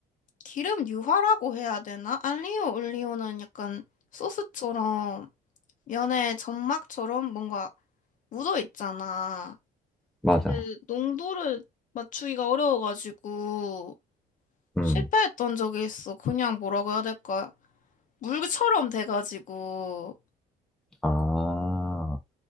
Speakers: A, on the left; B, in the centre.
A: 기름 유화라고 해야 되나? 알리오 올리오는 약간 소스처럼, 면에 점막처럼 뭔가 묻어 있잖아.
B: 맞아.
A: 그 농도를 맞추기가 어려워가지고
B: 음,
A: 실패했던 적이 있어. 그냥 뭐라고 해야 될까? 물처럼 돼가지고.
B: 아,